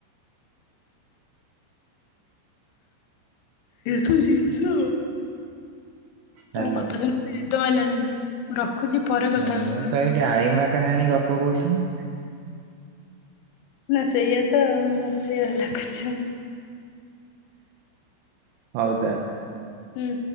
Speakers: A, on the left (about 85°); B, on the right (about 80°).
A: ଯୀଶୁ ଯୀଶୁ
B: ହ୍ୟାଲୋ
A: ତମ କଥା ଶୁଣି ମତେ ନିଦ ମାଇଲାଣି। ମୁଁ ରଖୁଛି ପରେ କଥା
B: ହଁ ମୁଁ
A: ହଉଚି।
B: ତ ଏଇଠି ଆଈମା କାହାଣୀ ଗପ କହୁଥିଲି।
A: ନା ସେଇଆ ତ ଆଉ, ମତେ ସେଇଆ ଲାଗୁଛି।
B: ହଉ ତାହେଲେ।
A: ହୁଁ।